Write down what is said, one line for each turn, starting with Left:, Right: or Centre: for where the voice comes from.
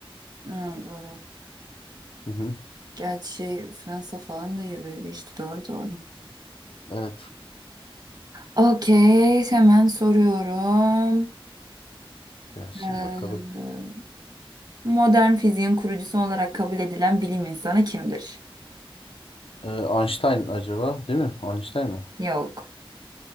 Right: Hı, doğru.
Left: Hı hı.
Right: Gerçi şey, Fransa falan da Euro'ya geçti. Doğru doğru.
Left: Evet.
Right: Okey. Hemen soruyorum.
Left: Gelsin
Right: Ee,
Left: bakalım.
Right: modern fiziğin kurucusu olarak kabul edilen bilim insanı kimdir?
Left: Ee, Einstein acaba değil mi? Einstein mi?
Right: Yok.